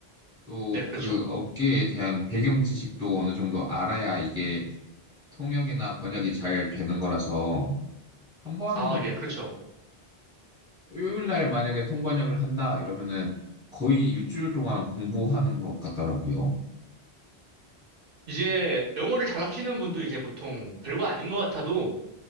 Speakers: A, in the centre; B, on the right.
A: 또
B: 네, 그렇죠.
A: 그 업계에 대한 배경 지식도 어느 정도 알아야 이게 통역이나 번역이 잘 되는 거라서 한번
B: 아, 예, 그렇죠.
A: 요일 날 만약에 통번역을 한다 이러면은 거의 일주일 동안 공부하는 것 같더라고요.
B: 이제 영어를 잘 하시는 분도 이제 보통 별거 아닌 것 같아도